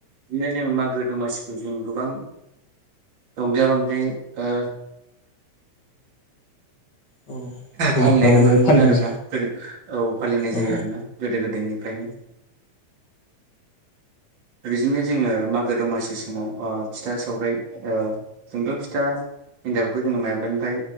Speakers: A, on the right; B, on the left.
A: बिदिनो जोङो मा गो दमासिखौ जों गोबां रंजा बांजायै ओ
B: औ रंजा
A: फालिनायखौ
B: बाजायै
A: नुनो मोनो
B: फालिनाय
A: आरोना औ फालिनाय जायो
B: औ
A: आरोना गोदो गोदायनिफ्रायनो बिदिनो जोङो मागो दमासि समाव फिथा ओ सावराय ओ जोंथ फिथा एन्थाबखौ जोङो माइब्रानिफ्राय